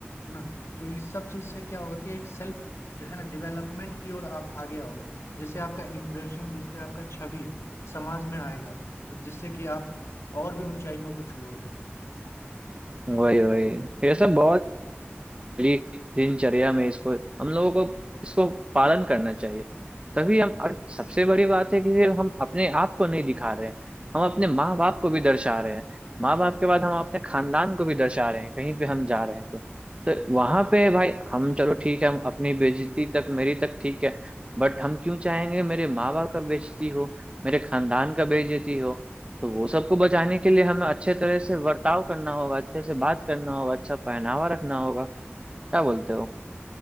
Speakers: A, on the left (about 90°); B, on the right (about 25°).
A: ना तो इस सब चीज से क्या होगा कि एक सेल्फ जो है ना डेवलपमेंट की ओर आप आगे आओगे जैसे आपका इम्प्रेशन जिससे आपका छवि समाज में आएगा तो जिससे कि आप और भी ऊंचाइयों को छुओगे
B: वही वही ये सब बहुत डेली दिनचर्या में इसको हम लोगों को इसको पालन करना चाहिए तभी हम और सबसे बड़ी बात है कि सिर्फ हम अपने आप को नहीं दिखा रहे हैं हम अपने माँ बाप को भी दर्शा रहे हैं माँ बाप के बाद हम अपने खानदान को भी दर्शा रहे हैं कहीं पे हम जा रहे हैं तो तो वहां पे भाई हम चलो ठीक है हम अपनी बेइज्जती तक मेरी तक ठीक है बट हम क्यों चाहेंगे मेरे माँ बाप का बेइज्जती हो मेरे खानदान का बेइज्जती हो तो वो सबको बचाने के लिए हमें अच्छे तरह से बर्ताव करना होगा अच्छे से बात करना होगा अच्छा पहनावा रखना होगा क्या बोलते हो